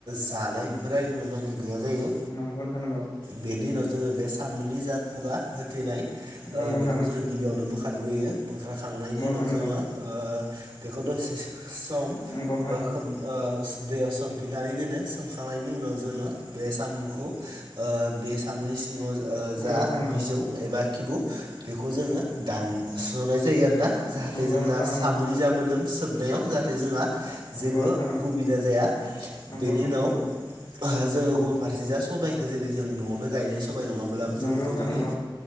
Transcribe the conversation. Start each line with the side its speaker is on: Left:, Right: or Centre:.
Right: जानाय बेफोरा एफोरबायदिफोरा गैया जायो
Left: नंगौ नोंथा नंगौ
Right: बेनि उनाव जोङो बे साम'नि जा खुगा होथेनाय
Left: नंगौनो
Right: बेखौ जोङो गिबियावनो बोखां ग्रोयो बोखार खांनायनि उनाव
Left: थानांगौ
Right: जोङो बेखौ दसे सम
Left: नंगौनो थानांगौ
Right: ओ खोब दैयाव सोमफिन्नानै दोनो सोमखांनायनि उनाव जोङो बे साम'खौ बे साम'नि सिङाव
Left: नंगौनो
Right: जा
Left: थानांगौ
Right: बिजौ एबा खिबु बेखौ जोङो दानसनाय जायो आरोना जाहाथे
Left: नंगौनो
Right: जों जा
Left: थानांगौ
Right: सामनि जा मोदोम सोबनायाव जाहाथे जोंहा
Left: नंगौनो
Right: जेबो
Left: थानांगौ
Right: उखुबिदा जाया
Left: नंगौनो
Right: बेनि
Left: थानांगौ
Right: उनाव जोङो गुबुन फारसे जा सबाइखो जेरै जों न'आवनो गायो सबाय नङाब्लाबो जों
Left: नंगौनो
Right: जेरै
Left: थानांगौ नंगौनो थानांगौ
Right: नै